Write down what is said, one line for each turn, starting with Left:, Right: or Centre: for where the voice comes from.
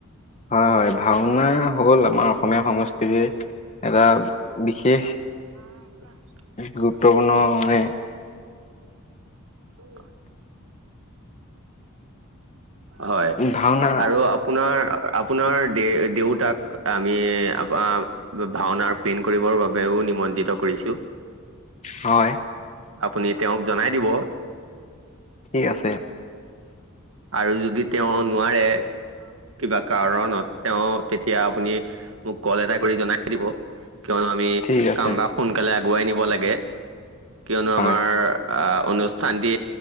Left: হয়-হয়, ভাওনা হ'ল আমাৰ অসমীয়া সংস্কৃতিৰ- এটা বিশেষ
Right: <unintelligible>
Left: গুৰুত্বপূৰ্ণ মানে-
Right: উম। হয়,
Left: ভাওনা
Right: আৰু আপোনাৰ- আপোনাৰ দে-দেউতাক আমি আঁহ', - ভাওনাৰ প্ৰিন্ট কৰিবৰ বাবেও নিমন্ত্ৰিত কৰিছো।
Left: হয়।
Right: আপুনি তেওঁক জনাই দিব।
Left: ঠিক আছে।
Right: আৰু যদি তেওঁ নোৱাৰে- কিবা কাৰণত তেওঁ তেতিয়া আপুনি মোক কল এটা কৰি জনাই- দিব, কিয়নো আমি
Left: ঠিক আছে
Right: কামভাক সোনকালে আগুৱাই নিব লাগে। কিয়নো
Left: হয়
Right: আমাৰ আঁহ', অনুষ্ঠানটি